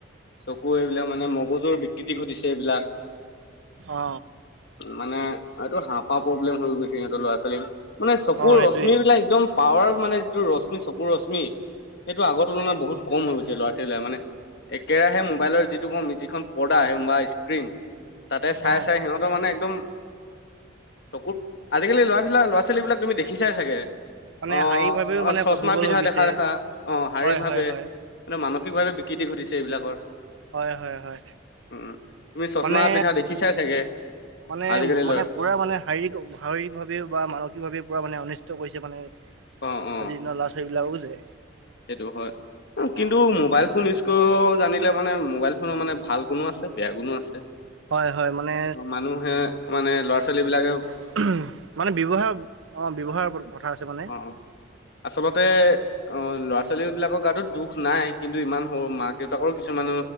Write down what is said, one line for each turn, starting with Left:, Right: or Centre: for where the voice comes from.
Left: চকু এইবিলাক মানে ম মগজুৰ বিকৃতি ঘটিছে এইবিলাক
Right: অ
Left: মানে আৰু এইটো হাঁওফাঁওৰ প্ৰব্লেম হৈ গৈছে ইহঁতৰ ল'ৰা ছোৱালী মানে চকুৰ
Right: অ সেইটোৱে
Left: ৰশ্মি বিলাক একদম পাৱাৰ মানে যিটো ৰশ্মি ৰশ্মি চকুৰ ৰশ্মি সেইটো আগৰ তুলনাত বহুত কম হৈ গৈছে ল'ৰা - ছোৱালীলৈ মানে একেৰাহে মোবাইলৰ যিটোখন যিখন পৰ্দা বা স্ক্ৰীণ তাতে চাই
Right: অ
Left: চাই সিহঁতৰ মানে একদম চকুৰ আজিকালি লৰাবিলাক ল'ৰা - ছোৱালীবিলাক তুমি দেখিছাই চাগে?
Right: মানে
Left: অ
Right: শাৰীৰিকভাৱেও
Left: অ
Right: মানে
Left: চচমা
Right: দুৰ্বল
Left: পিন্ধা
Right: হৈ গৈছে
Left: দেখা দেখা অ শাৰীৰিক
Right: হয়
Left: ভাৱে
Right: হয় হয়
Left: মানসিকভাৱে বিকৃতি ঘটিছে এইবিলাকৰ।
Right: হয় হয় হয়।
Left: উম তুমি চছমা
Right: মানে
Left: পিন্ধা দেখিছাই চাগে?
Right: মানে
Left: আজিকালি
Right: মানে
Left: লৰা
Right: পুৰা মানে শাৰীৰিক শাৰীৰিক ভাৱে বা মানসিকভাৱে পুৰা মানে অনিষ ত কৰিছে মানে আজিৰ
Left: অ অ
Right: দিনৰ ল'ৰা- ছোৱালীবিলাকো যে
Left: সেইটো হয়
Right: অ
Left: কিন্তু মোবাইল ফোন ইউজ ক জানিলে মানে মোবাইল ফোনৰ মানে ভাল গুণো আছে বেয়া গুণো আছে।
Right: অ হয় হয় মানে
Left: অ মানুহে মানে ল'ৰা - ছোৱালীবিলাকে
Right: উহুম মানে ব্যৱহাৰ অঁ ব্যৱহাৰৰ ওপৰত কথা আছে মানে।
Left: অ আচলতে অ ল'ৰা - ছোৱালীবিলাকৰ গাতত দুখ নাই কিন্তু ইমান সৰু মাক - দেউতাকৰ কিছুমান